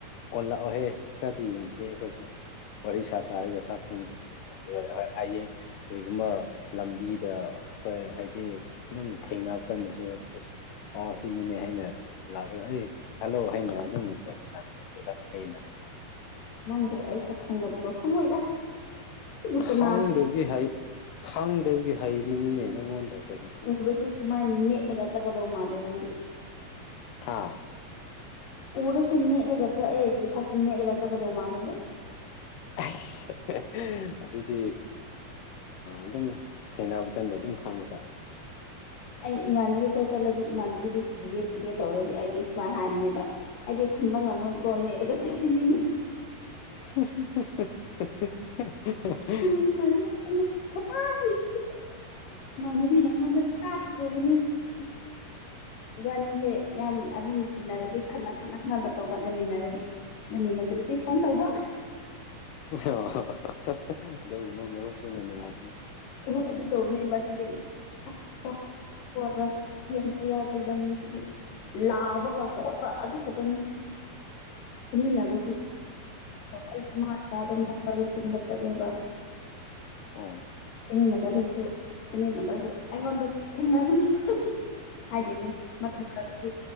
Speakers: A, on the left; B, on the left.
A: ꯑꯣꯟ ꯂꯥꯛꯑꯣꯍꯦ ꯈꯔꯗꯤ ꯌꯦꯡꯁꯤ ꯑꯩꯈꯣꯏꯁꯨ ꯋꯥꯔꯤ ꯁꯥ ꯆꯔꯒ ꯆꯥꯛ ꯈꯪꯗ꯭ꯔꯗꯤ ꯑꯩꯌꯦ ꯀꯔꯤꯒꯨꯝꯕ ꯂꯝꯕꯤꯗ ꯑꯩꯈꯣꯏ ꯍꯥꯏꯗꯤ ꯑꯗꯨꯝ ꯊꯦꯡꯅꯕ ꯀꯟꯗꯁꯨ ꯑꯁ ꯑꯣ ꯁꯤꯅꯤꯅꯦ ꯍꯥꯏꯅ ꯂꯥꯛꯑꯒ ꯑꯩ ꯍꯜꯂꯣ ꯍꯥꯏꯅ ꯑꯗꯨꯝ ꯋꯥꯔꯤ ꯁꯥꯅꯤꯡꯉꯥꯏꯁꯨꯗ ꯐꯩꯅ
B: ꯑꯁ ꯅꯪꯕꯨ ꯑꯩ ꯁꯛ ꯈꯪꯉꯗ꯭ꯔꯣ ꯈꯪꯉꯣꯏꯗ ꯁꯤꯕꯨ ꯀꯅꯥꯅ
A: ꯈꯪꯗꯕꯒꯤ ꯈꯪꯗꯕꯒꯤ ꯍꯩꯔꯤꯅꯤꯅꯦ ꯅꯪꯉꯣꯟꯗ ꯀꯔꯤꯗꯨ
B: ꯎꯔꯁꯨ ꯁꯨꯃꯥꯏꯅ ꯅꯦꯠꯂꯒ ꯆꯠꯀꯗꯧ ꯃꯥꯜꯂꯦ ꯅꯪꯗꯤ
A: ꯍꯥꯥ
B: ꯎꯔꯁꯨ ꯅꯦꯠꯂꯒ ꯆꯠꯑꯦ ꯑꯩꯒꯤ ꯏꯊꯛꯇ ꯅꯦꯠꯂꯒ ꯆꯠꯀꯗꯧ ꯃꯥꯜꯂꯦꯕ
A: ꯑꯁ ꯑꯗꯨꯗꯤ ꯑꯗꯨꯝ ꯊꯩꯅꯅꯕ ꯀꯟꯗ ꯑꯗꯨꯝ ꯈꯥꯡꯕ ꯇꯥꯔꯦꯅꯦ
B: ꯑꯩ ꯏꯃꯥꯟꯅꯕꯤ ꯑꯩꯈꯣꯏ ꯆꯠꯂꯗꯤ ꯏꯃꯥꯟꯅꯕꯤꯗꯨ ꯊꯨꯒꯦ ꯊꯨꯒꯦ ꯇꯧꯔꯗꯤ ꯑꯩꯗꯤ ꯁꯨꯃꯥꯏꯅ ꯍꯥꯏꯕꯅꯦꯕ ꯑꯩꯗꯤ ꯈꯨꯟꯕ ꯉꯝꯃꯣꯏꯀꯣ ꯅꯦꯦꯜꯂꯒ ꯆꯠꯇꯅꯤꯅ
A: <inaudible> <inaudible>
B: <unintelligible> ꯃꯥꯟꯕꯤꯅ ꯑꯩꯉꯣꯟꯗ ꯁꯛꯀꯥꯛ ꯀꯧꯕꯅꯦ ꯏꯕꯥꯅꯤꯁꯦ ꯌꯥꯝ ꯑꯗꯨꯝ ꯇꯤꯟꯅꯔꯗꯤ ꯈꯠꯅ ꯈꯠꯅ ꯈꯠꯅꯕ ꯇꯧꯕ ꯂꯩꯃꯤꯟꯅꯔꯗꯤ ꯅꯪꯒꯤ ꯅꯠꯇ꯭ꯔꯗꯤ ꯐꯣꯟ ꯇꯧꯕ
A: ꯑꯣ ꯑꯗꯨꯒꯨꯝꯕ ꯃꯔꯨꯞꯇꯨꯅ ꯅꯨꯡꯉꯥꯏꯅꯤ
B: ꯑꯣꯏ ꯑꯗꯨ ꯇꯧꯕꯅꯦꯕ ꯑꯗꯩꯗꯤ ꯑꯃꯨꯛ ꯑꯁ ꯋꯥ ꯑꯣ ꯔꯁꯤ ꯑꯝꯇ ꯌꯥꯎꯗꯦꯕꯅꯤꯁꯤꯗꯤ ꯂꯥꯎꯕꯒ ꯈꯣꯠꯄ ꯑꯗꯨ ꯈꯛꯇꯅꯤ ꯇꯨꯝꯃꯤꯟꯅꯕꯁꯨ ꯑꯩꯁꯃ ꯀꯥꯗ ꯃꯗ ꯇꯨꯝꯕ ꯆꯠꯂꯦꯕ
A: ꯑꯣ
B: ꯇꯨꯃꯤꯟꯅꯕꯗꯁꯨ ꯇꯨꯃꯤꯟꯅꯕꯁꯨ ꯑꯩꯉꯣꯟꯗ ꯊꯦꯡꯅꯒꯅꯤ ꯍꯥꯏꯗꯦꯅꯦ ꯃꯔꯛ ꯃꯔꯛꯇꯗꯤ